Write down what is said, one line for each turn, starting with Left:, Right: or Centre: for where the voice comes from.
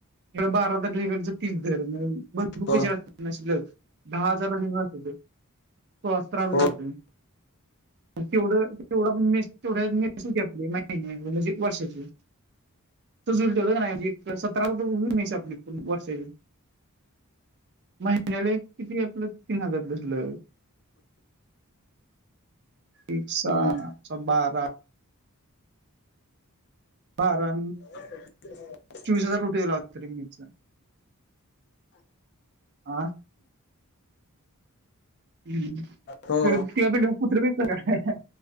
Right: इकड बारा इकड तीस दर म भरपूर
Left: हो
Right: पैसे अस नसलेत, दहा हजारांनी रहा तिथं. तेव्हा राहाच
Left: हो
Right: लागतं नी. तेवढं तेवढा पण मेस तेवढ्यात मेस होती आपली महिन्या म्हणजे वर्षाची. तोच हिशोब ठेवला की नाही. म्हणजे एक सतराल तर होईल पूर्ण मेस आपली वर्षाची. महिन्याला एक किती आपलं तीन हजार धरलं. एक सा
Left: हम्म
Right: सहा बारा. कारण,
Left: <inaudible> <inaudible>
Right: चोवीस हजार रुठेला होत तरी नेटच. हा? हं.
Left: हो
Right: ते तेव पिड क कुत्र बी येतं का?